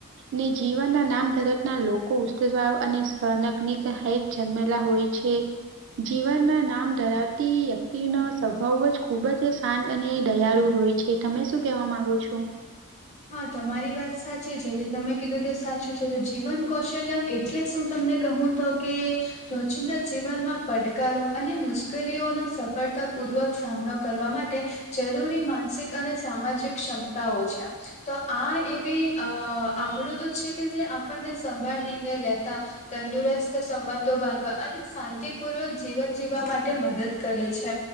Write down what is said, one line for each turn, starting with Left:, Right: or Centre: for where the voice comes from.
Right: ને જીવનના નામ ધરક ના લોકો ઉ અને સનક હે જન્મેલા હોય છે જીવનના નામ ધરાવતા વ્યક્તિ ન સ્વભાવ જ ખુબ જ શાંત અને દયાળુ હોય છે તમે શું કેવા માંગો છો
Left: હા તમારી વાત સાચી છે જે તમે કીધું તે સાચું છે તો જીવન કૌશલ્ય એટલે શું તમને કહું તો કે રોજિંદા જીવનમાં પડકારો અને મુશ્કેલીઓનો સફળતા પૂર્વક સામનો કરવા માટે જરૂરી માનસિક અને સામાજિક ક્ષમતાઓ છે તો આ એવી અ આવડું તો છે કે જે આપણને સંભાળ નિર્ણય લેતા તંદુરસ્ત સંબંધો બાંધવા અને શાંતિપૂર્વક જીવન જીવવા માટે મદદ કરે છે